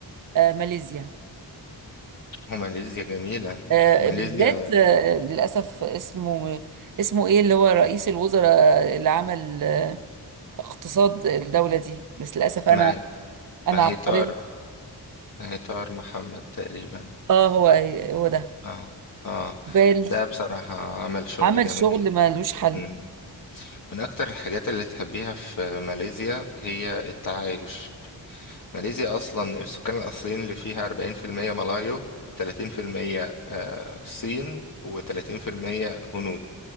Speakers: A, on the right; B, on the left.
A: آه، ماليزيا
B: وماليزيا جميلة
A: آه،
B: ماليزيا
A: بالذات آه، للأسف اسمه اسمه إيه اللي هو رئيس الوزراء اللي عمل آه، اقتصاد الدولة دي بس للأسف أنا
B: ما
A: أنا
B: ما هي
A: عبقرية
B: طار ما هي طار محمد تقريبا
A: آه هو هو ده
B: اه اه
A: بال
B: ده بصراحة عمل شغل
A: عمل
B: جامد
A: شغل
B: جدا
A: ملوش حل
B: مم. من أكتر الحاجات اللي تحبيها في ماليزيا هي التعايش ماليزيا أصلا السكان الأصليين اللي فيها أربعين في المية ملايو تلاتين في المية آه، صين وتلاتين في المية هنود